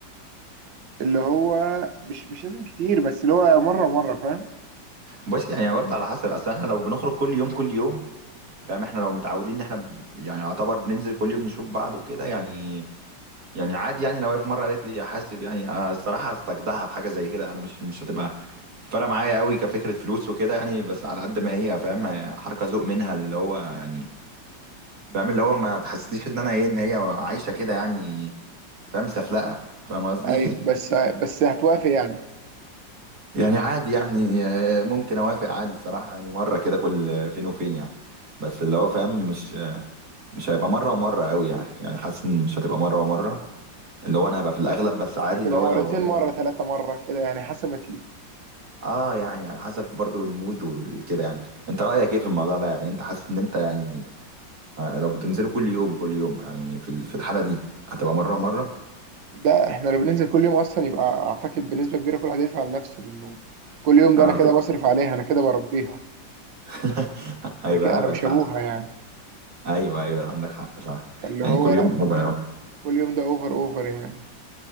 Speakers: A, on the right (about 80°); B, on the right (about 55°).
A: اللي هو مش مش لازم كتير بس اللي هو مره مره فاهم
B: بس يعني برضه على حسب اصل احنا لو بنخرج كل يوم كل يوم فاهم احنا لو متعودين ان احنا ب- يعني يعتبر بننزل كل يوم نشوف بعض وكده يعني يعني عادي يعني لو هي في مره قالت لي احاسب يعني أنا الصراحه استجدعها في حاجه زي كده انا مش مش هتبقى فارقه معايا قوي كفكره فلوس وكده يعني بس على قد ما هي فاهم هي حركه ذوق منها اللي هو يعني فاهم اللي هو ما تحسسنيش ان انا ايه ان هي عايشه كده يعني فاهم سفلقه فاهم قصدي
A: ايوه
B: <laughs>
A: بس بس هتوافق يعني
B: يعني عادي يعني آه، ممكن اوافق عادي الصراحه يعني مره كده كل فين وفين يعني بس اللي هو فاهم مش آه، مش هيبقى مره ومره قوي يعني يعني حاسس ان مش هتبقى مره ومره اللي هو انا هبقى في الاغلب بس عادي
A: هتبقى
B: اللي هو
A: مرتين
B: لو هي
A: مره ثلاثه مره كده يعني حسب ما تيجي
B: اه يعني على حسب برضو المود وكده يعني انت رأيك ايه في الموضوع ده يعني انت حاسس ان انت يعني آه، لو بتنزلوا كل يوم كل يوم يعني في ال- في الحالة دي هتبقى مرة مرة
A: ده احنا لو بننزل كل يوم اصلا يبقى اعتقد بنسبه كبيره كل واحد هيدفع لنفسه لانه كل يوم ده
B: اه
A: انا كده
B: هتبقى
A: بصرف عليها انا كده بربيها
B: <laughs> هيبقى
A: انا كده انا
B: هبل
A: مش
B: فعلا
A: ابوها يعني
B: ايوه ايوه عندك حق فعلا
A: فاللي
B: يعني
A: هو
B: كل
A: لا
B: يوم هبل.
A: كل يوم ده اوفر اوفر يعني